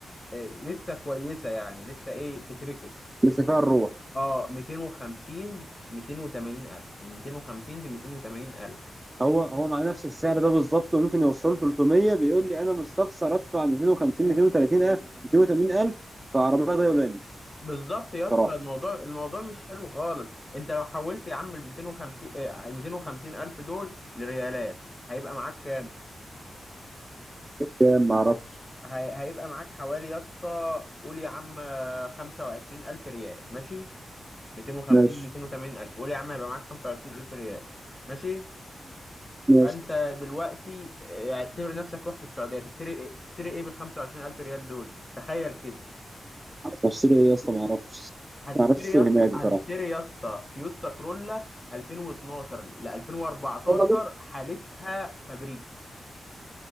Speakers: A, on the left; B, on the right.
A: آه، لسه كويسه يعني لسه ايه تتركب
B: بس فيها الروح
A: اه 250 280 الف من 250 ل 280 الف
B: هو هو مع نفس السعر ده بالظبط وممكن يوصله 300 بيقول لي انا مستخسر ادفع 250 230 الف 280 الف في عربيه دايلانس
A: بالظبط يا اسطى
B: صراحه
A: الموضوع الموضوع مش حلو خالص انت لو حولت يا عم ال 250 ال 250 الف دول لريالات هيبقى معاك
B: يعني ما اعرفش
A: هي... هيبقى معاك حوالي يا اسطى قول يا عم خمسة وعشرين ألف ريال ماشي ميتين وخمسين
B: ماشي
A: ميتين وتمانين ألف قول يا عم هيبقى معاك خمسة وعشرين ألف ريال ماشي
B: ماشي
A: فأنت دلوقتي آه، اعتبر نفسك رحت السعودية تشتري إيه- تشتري إيه بالخمسة وعشرين ألف ريال دول تخيل كده
B: اشتري ايه يا اسطى ما اعرفش
A: هتشتري
B: ما اعرفش السوق
A: يا
B: هناك
A: اسطى
B: بصراحه
A: هتشتري يا اسطى تويوتا كرولا 2012 ل 2014
B: يا
A: حالتها فابريك